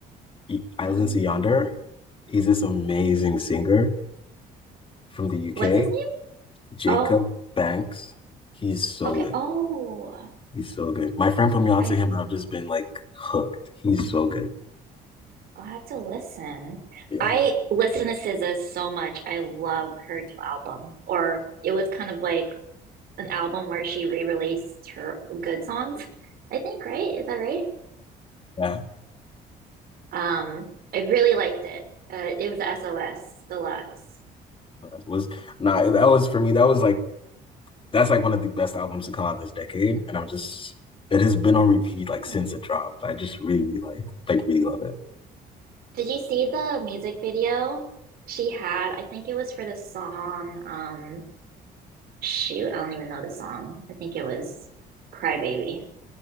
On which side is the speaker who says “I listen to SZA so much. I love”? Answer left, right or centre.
Right